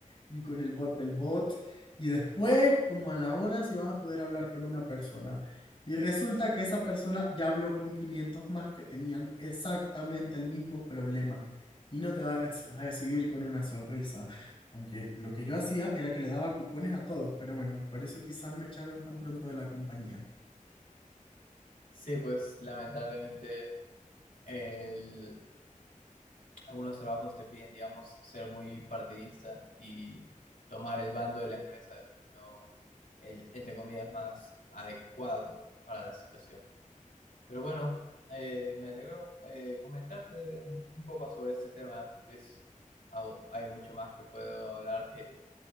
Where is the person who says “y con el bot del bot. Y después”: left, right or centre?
Left